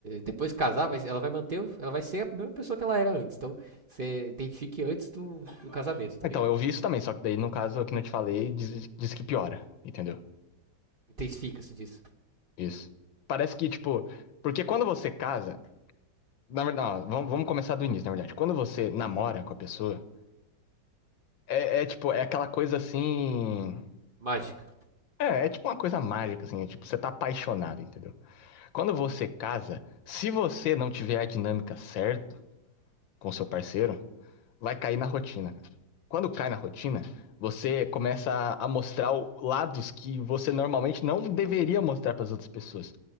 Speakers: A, on the right; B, on the left.
A: depois que casar, vai- ela vai manter, ela vai ser a mesma pessoa que ela era antes, então você identifique antes do, do casamento, tá
B: Então,
A: ligado?
B: eu vi isso também, só que daí, no caso que não te falei, diz, diz que piora, entendeu?
A: Intensifica-se disso.
B: Isso. Parece que, tipo, porque quando você casa, na verdade, não, vamos, vamos começar do início, na verdade. Quando você namora com a pessoa, é, é tipo, é aquela coisa assim
A: Mágica.
B: É, é tipo uma coisa mágica, assim, é tipo, você tá apaixonado, entendeu? Quando você casa, se você não tiver a dinâmica certa com seu parceiro, vai cair na rotina, cara. Quando cai na rotina, você começa a mostrar o- lados que você normalmente não deveria mostrar pras outras pessoas.